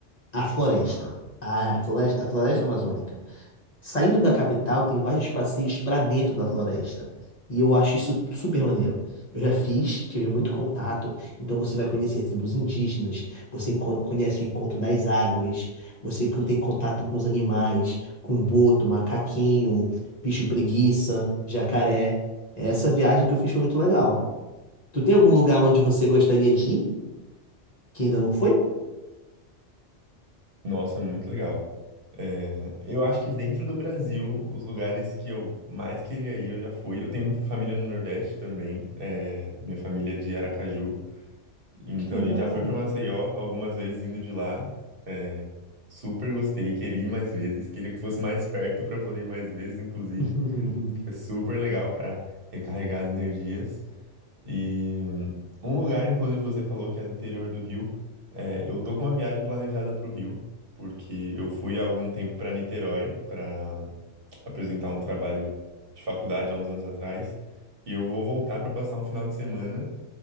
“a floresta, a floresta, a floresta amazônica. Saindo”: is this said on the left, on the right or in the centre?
Left